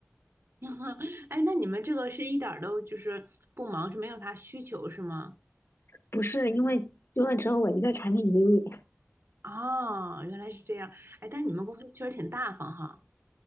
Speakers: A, on the right (about 55°); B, on the left (about 60°).
A: <laughs> 哎，那你们这个是一点儿都就是不忙，是没有啥需求是吗？
B: 不是因为因为只有我一个产品经理。
A: 哦，原来是这样。哎，但是你们公司确实挺大方哈。